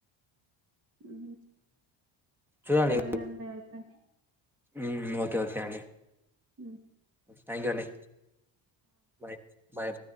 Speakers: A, on the right (about 30°); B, in the centre.
A: మ్మ్.
B: చూడండి
A: సరే అండి అయితే
B: హ్మ్మ్ ఓకే ఓకే అండి
A: ఉమ్
B: థ్యాంక్ యూ అండి బాయ్ బాయ్